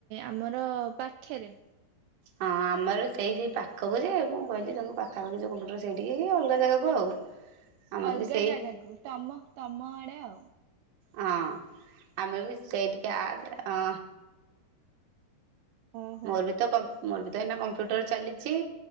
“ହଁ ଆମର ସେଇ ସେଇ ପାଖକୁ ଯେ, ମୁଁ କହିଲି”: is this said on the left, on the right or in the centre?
Right